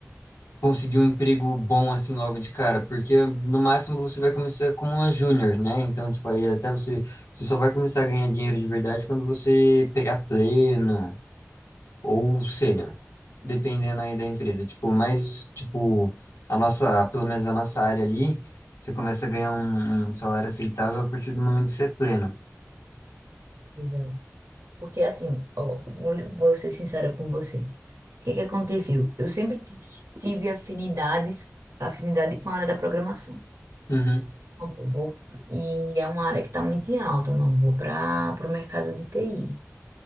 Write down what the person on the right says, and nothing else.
Exato. Porque assim, ó, vou, vou ser sincera com você. O que que aconteceu? Eu sempre ti- tive afinidades, afinidade com a área da programação.
Então, pô, vou, e é uma área que está muito em alta, não vou para o mercado de TI.